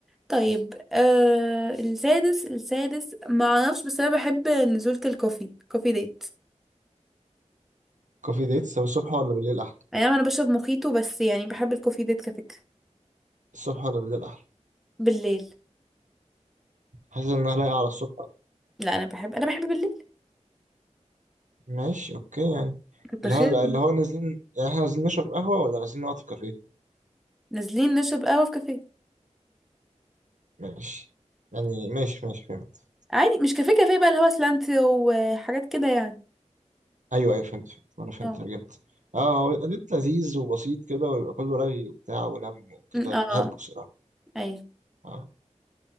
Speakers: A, in the centre; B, on the right.
A: طيب آه السادس السادس ما اعرفش بس انا بحب نزولة الكوفي كوفي ديت
B: كوفي ديتس طب الصبح ولا بالليل أحلى
A: اي نعم انا بشرب موخيتو بس يعني بحب الكوفي ديت كفكرة
B: الصبح ولا بالليل أحلى
A: بالليل
B: حاسس إنها لايقة على الصبح
A: لا انا بحب انا بحب بالليل
B: ماشي أوكي يعني
A: كنت
B: اللي
A: خايف
B: هو اللي هو نازلين يعني إحنا نازلين نشرب قهوة ولا نازلين نقعد في كافيه
A: نازلين نشرب قهوة في كافيه
B: ماشي يعني ماشي ماشي فهمت
A: عادي مش كافيه كافيه بقى اللي هو سلانتي وحاجات كده يعني
B: أيوه أيوه فهمت فهمت أنا فهمت
A: اه
B: ترجمت أه هو بيبقى ديت لذيذ وبسيط كده ويبقى كله رغي وبتاع ونم وكده
A: م- اه
B: بحبه الصراحة
A: اي
B: أه